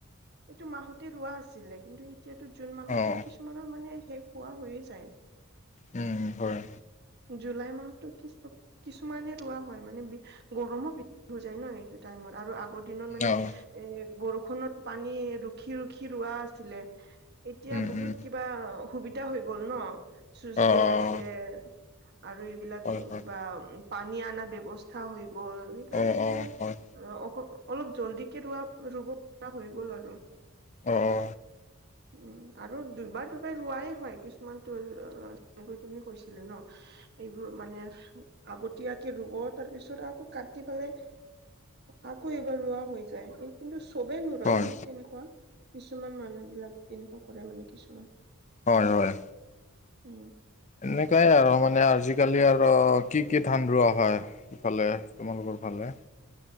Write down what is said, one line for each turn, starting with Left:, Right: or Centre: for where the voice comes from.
Right: এইটো মাহতে ৰোৱা আছিলে কিন্তু এতিয়াতো জুন মাহতে
Left: অঁ
Right: কিছুমানৰ মানে শেষ হোৱা হৈয়ে যায়।
Left: উম উম হয়।
Right: জুলাই মাহটো কিছু কিছুমানে ৰোৱা হয় মানে গৰমো বেছি হৈ যায় ন এইটো টাইমত আৰু আগ। ৰ দিনত মানে
Left: অঁ
Right: এ বৰষুণৰ পানী ৰুখি ৰুখি ৰোৱা আছিলে এতিয়া
Left: উম
Right: বহুত
Left: উম
Right: কিবা সুবিধা হৈ গ'ল ন চুইচ
Left: অঁ
Right: গেট আছে আৰু এইবিলাক
Left: অঁ হয় হয়
Right: কিবা পানী অনাৰ ব্যৱস্তা হৈ গ'ল সেইকাৰণে
Left: অঁ
Right: মানে।
Left: অঁ হয়
Right: অ অ অলপ জল্দিকে ৰোৱা ৰুব পৰা হৈ গ'ল আৰু।
Left: অ অ
Right: উম আৰু দুবাৰ দুবাৰ ৰোৱাই হয় কিছুমান। তোৰ তেনেকৈ তুমি কৈছিলা ন এইবোৰ মানে। আগতীয়াকে ৰুব তাৰ পিছত আকৌ কাটি পেলাই। আকৌ এবাৰ ৰোৱা হৈ যায় কিন্তু চবেই নোৱৰই
Left: হয়
Right: এনে তেনেকুৱা কিছুমান মানুহ বিলাক তেনেকুৱা কৰে মানে কিছুমান
Left: হয় হয়
Right: অ
Left: এনেকাই আৰ মানে আজি কালি আৰু কি কি ধান ৰোৱা হয় ইফালে তোমালোকৰ ফালে